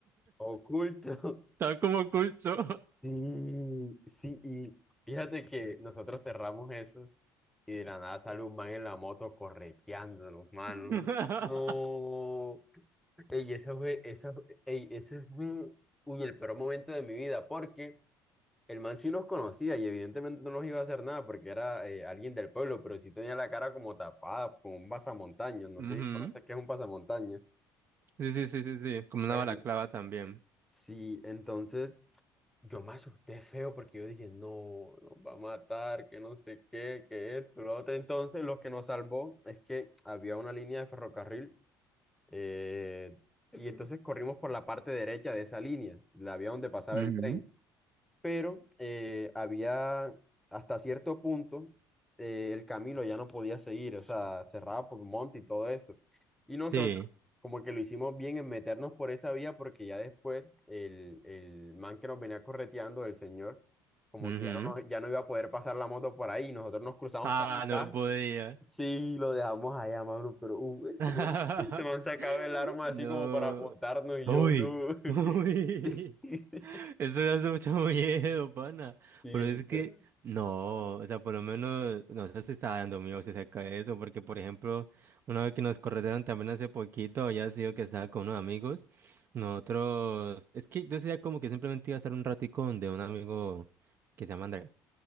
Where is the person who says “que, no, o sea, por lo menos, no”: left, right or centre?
Right